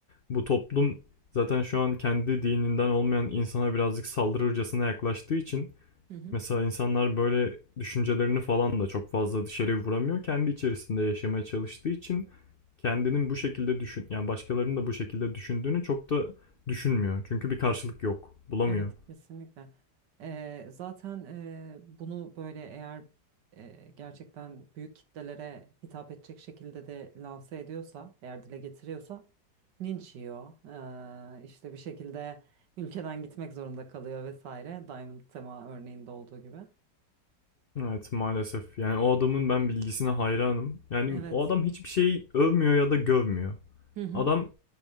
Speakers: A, on the left; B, on the right.
A: bu toplum zaten şu an kendi dininden olmayan insana birazcık saldırırcasına yaklaştığı için
B: Hı hı.
A: Mesela insanlar böyle düşüncelerini falan da çok fazla dışarıya vuramıyor. Kendi içerisinde yaşamaya çalıştığı için kendinin bu şekilde düşün, yani başkalarının da bu şekilde düşündüğünü çok da düşünmüyor. Çünkü bir karşılık yok, bulamıyor.
B: Evet kesinlikle. Eee, zaten eee, bunu böyle eğer eee, gerçekten büyük kitlelere hitap edecek şekilde de lanse ediyorsa, eğer dile getiriyorsa linç yiyor. Eee, işte bir şekilde ülkeden gitmek zorunda kalıyor vesaire. Diamond Tema örneğinde olduğu gibi.
A: Evet maalesef. Yani o adamın ben bilgisine hayranım. Yani
B: Evet.
A: o adam hiçbir şeyi övmüyor ya da gövmüyor.
B: Hı hı.
A: Adam